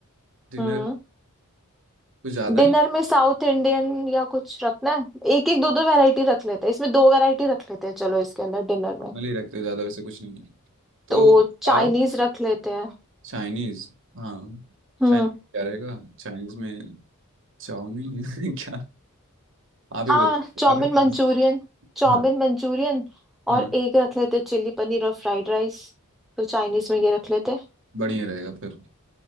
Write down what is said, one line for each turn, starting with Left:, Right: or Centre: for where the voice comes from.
Right: डिनर
Centre: हम्म
Right: कुछ ज्यादा
Centre: डिनर
Right: नहीं
Centre: में साउथ इंडियन या कुछ रखना है एक एक दो दो वैरायटी रख लेते हैं इसमें दो वैरायटी रख लेते हैं चलो इसके अंदर डिनर
Right: नॉर्मली
Centre: में
Right: रखते हैं, ज्यादा वैसे कुछ नहीं है तो
Centre: तो चाइनीज
Right: पाव
Centre: रख लेते हैं
Right: चाइनीज हाँ
Centre: हम्म
Right: चाइनीज क्या रहेगा चाइनीज में चाउमीन <laughs> क्या आप ही
Centre: हाँ
Right: बत
Centre: चाउमिन
Right: आप ही
Centre: मंचूरियन
Right: बता-
Centre: चाउमिन
Right: हाँ
Centre: मंचूरियन
Right: हाँ
Centre: और एक रख लेते हैं चिल्ली पनीर और फ्राइड राइस तो चाइनीज में ये रख लेते हैं
Right: बढ़िया रहेगा फिर